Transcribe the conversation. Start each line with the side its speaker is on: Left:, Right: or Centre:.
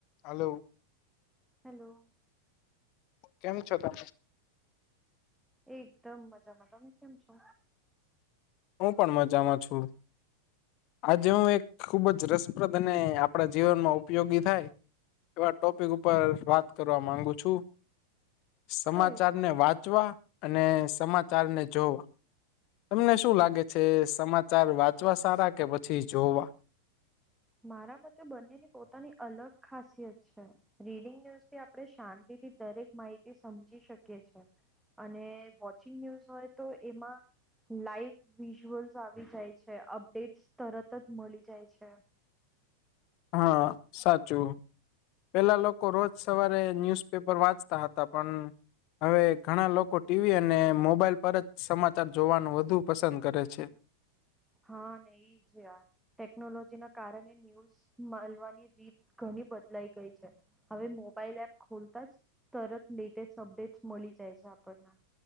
Left: Hello
Centre: hello
Left: કેમ છો તમે
Centre: એક દમ મજામાં તમે કેમ છો
Left: હું પણ મજામાં છું આજે હું એક ખુબ જ રસપ્રદ અને આપણા જીવનમાં ઉપયોગી થાય એવા ટોપિક ઉપર વાત કરવા માંગુ છું. સમાચાર
Centre: કયું
Left: ને વાંચવા અને સમાચાર ને જોવ તમને શું લાગે છે સમાચાર વાંચવા સારા કે પછી જોવા
Centre: મારા મતે બંનેની પોતાની અલગ ખાસિયત છે. રીડિંગ ન્યુઝથી આપણે શાંતિથી દરેક માહિતી સમજી શકીએ છીએ. અને વોચિંગ ન્યૂઝ હોય તો એમાં લાઈવ વિઝ્યુઅલ્સ આવી જાય છે અપડેટ્સ તરત જ મળી જાય છે.
Left: હા સાચું પેલા લોકો રોજ સવારે ન્યુઝ પેપર, વાંચતા હતા પણ. હવે ઘણા લોકો ટીવી અને મોબાઈલ, પર જ સમાચાર જોવાનું વધુ પસંદ કરે છે.
Centre: હા ને જ આ ટેકનોલોજી, ના કારણે ન્યૂઝ, મલવાની રીત ઘણી બદલાઈ ગઈ છે. હવે મોબાઈલ એપ ખોલતા જ, તરત લેટેસ્ટ અપડેટ મળી જાય છે. આપણને,